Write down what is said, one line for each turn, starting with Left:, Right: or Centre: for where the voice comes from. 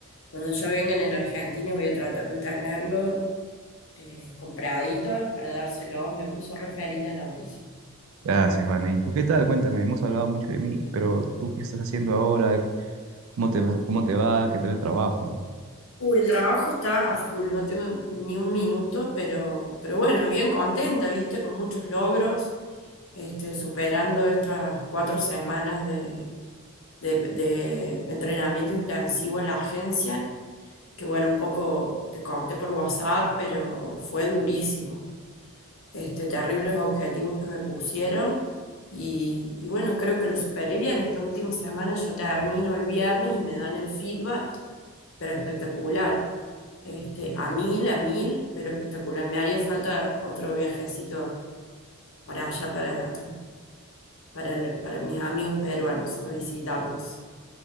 Left: Cuando ya vengan en Argentina voy a tratar de tenerlo eh, compraditos para dárselos. Me puso re feliz la noticia.
Right: Gracias, Vane. ¿Y tú qué tal? Cuéntame, hemos hablado mucho de mí, pero ¿tú qué estás haciendo ahora? ¿Cómo te va? ¿Cómo te va? ¿Qué tal el trabajo?
Left: Uy, el trabajo está a full, no tengo ni un minuto, pero, pero bueno, bien contenta, viste, con muchos logros, este, superando estas cuatro semanas de, de- de entrenamiento intensivo en la agencia, que bueno, un poco te conté por WhatsApp, pero fue durísimo este, terribles objetivos que me pusieron. Y, y bueno, creo que lo superé bien. Esta última semana ya termino el viernes y me dan el feedback, pero espectacular. Este, a mil, a mil, pero espectacular. Me haría falta otro viajecito para allá, para, para, el- para mis amigos peruanos, a visitarlos.